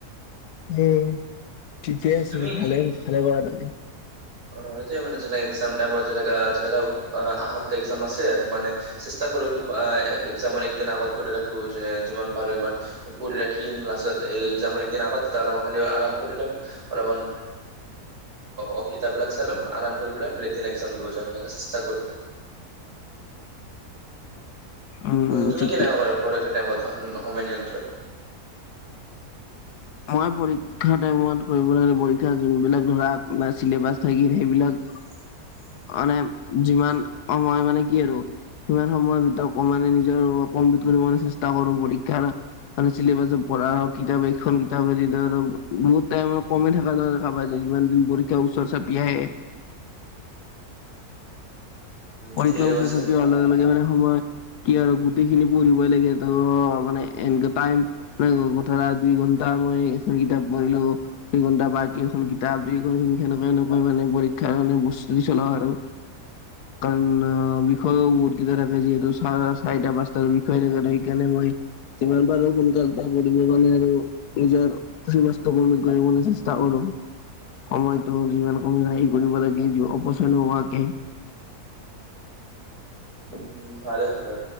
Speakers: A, on the left (about 90°); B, on the right (about 80°).
A: উম, ঠিকে আছে
B: তুমি
A: ভালে ভালে কৰা তুমি।
B: অ' এতিয়া মানে যে এক্সাম টাইমত যেনেকা যেনেকা আহ এক্সাম আছে মানে। চেষ্টা কৰো কি এক্সামৰ একদিন আগত কৰি ৰাখো, যিমান পাৰো ইমান। কৰি ৰাখিম, লাষ্টত এক্সামৰ একদিন আগত তাৰ মই খালি আৰাম কৰি ল'ম, অলপমান অ' কিতাপবিলাক চাইলম আৰাম কৰি পেলাই, বেলেগ দিনে এক্সাম দিব যাম চেষ্টা কৰো।
A: উম উম
B: তুমি
A: ঠিকে
B: কেনেকা কৰা পৰীক্ষা টাইমত সময় নিয়ন্ত্ৰণ?
A: মই পৰীক্ষা টাইমত কৰিব পৰীক্ষা যোনবিলাক ধৰা চিলেবাছ থাকিল সেইবিলাক,
B: <inaudible>
A: মানে যিমান সময় মানে কি আৰু সিমান সময়ৰ ভিতৰত মানে নিজৰ কমপ্লিট কৰিব চেষ্টা কৰো পৰীক্ষাৰ মানে চিলেবাছত পঢ়াৰ হওক কিতাপ এক সেইখন কিতাপে দি টো আৰু বহুত টাইম কমি থকা যেন দেখা পাইছে। ইমান দিন পঢ়ি ত ওচৰ চাপি আহে,
B: উম,
A: পৰীক্ষাও
B: ঠিক
A: ওচৰ
B: আছে।
A: চাপি অহা লগে লগে মানে সময়। কি আৰু গোটেই খিনি পঢ়িবই লাগে ত' মানে এনেকে টাইম, ধৰা দুই ঘণ্টা সময় এখন কিতাপ পঢ়িলো, দুইঘণ্টা বা এইখন কিতাপ দেৰি সেনেকুৱা এনেকুৱা মানে পৰীক্ষাৰ কাৰণে বস্তু চলাওঁ আৰু। কাৰণ বিষয়ও বহুতকেইটা থাকে, যিহেতু চাৰ- চাৰিটা পাঁচটা বিষয় শিকালে মই সেইকাৰণে মই যিমান পাৰো সোনকাল তটা কৰিব কাৰণে আৰু নিজৰ খু বস্তু কৰিবলে চেষ্টা কৰোঁ। সময়তো যিমান হোম আহি কৰিব লাগে। অপচয় হোৱাকে
B: উম ভালে দিয়া।